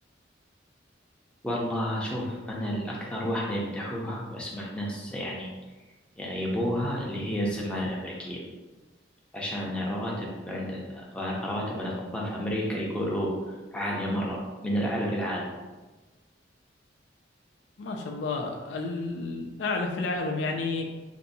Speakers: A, in the centre; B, on the left (about 65°).
A: والله شوف أنا الأكثر واحدة يمدحوها وأسمع ناس يعني يبوها اللي هي الزمالة الأمريكية عشان الرواتب عند رواتب الأطباء في أمريكا يقولوا عالية مرة من الأعلى في العالم
B: ما شاء الله الأعلى في العالم يعني